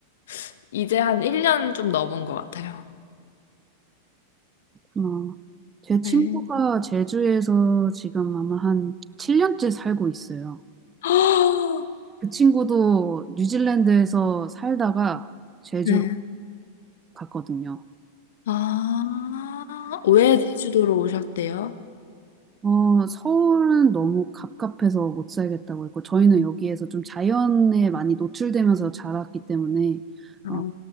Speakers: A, on the left; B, on the right.
A: <laughs> 이제 한 1년 좀 넘은 것 같아요.
B: 어, 제 친구가
A: 네.
B: 제주에서 지금 아마 한 7년째 살고 있어요.
A: <gasps>
B: 그 친구도 뉴질랜드에서 살다가 제주로
A: 네.
B: 갔거든요.
A: 아, 왜 제주도로 오셨대요?
B: 어, 서울은 너무 갑갑해서 못 살겠다고 했고, 저희는 여기에서 좀 자연에 많이 노출되면서 자랐기 때문에,
A: 아...
B: 어,